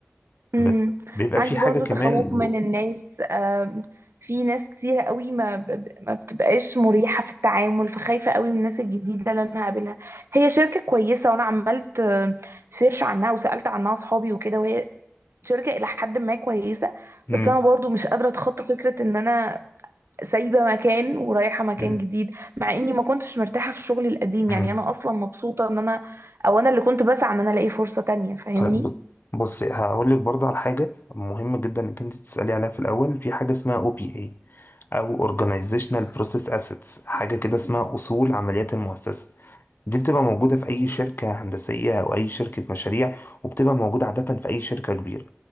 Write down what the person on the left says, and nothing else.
بس بيبقى
في حاجة
كمان
و...
مم.
مم.
طيب بص هقول لك برضه على حاجة مهمة جدا انك انت تسألي عليها في الأول في حاجة اسمها او بي اي او Organizational Process Assets حاجة كده اسمها أصول عمليات المؤسسة دي بتبقى موجودة في أي شركة هندسية أو أي شركة مشاريع وبتبقى موجودة عادة في أي شركة كبيرة